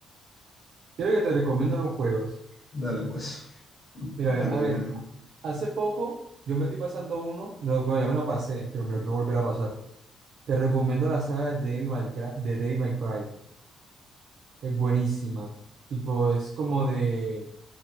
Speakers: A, on the right (about 65°); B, on the left (about 40°).
A: quiero que te recomiendo los juegos.
B: Dale, pues,
A: Mira,
B: recomiéndame
A: a ver,
B: uno.
A: hace poco yo me estoy pasando uno, me lo- bueno, ya me lo pasé, pero me lo quiero volver a pasar. Te recomiendo la saga de Devil May Cry, de Devil May Cry. Es buenísima. Tipo, es como de,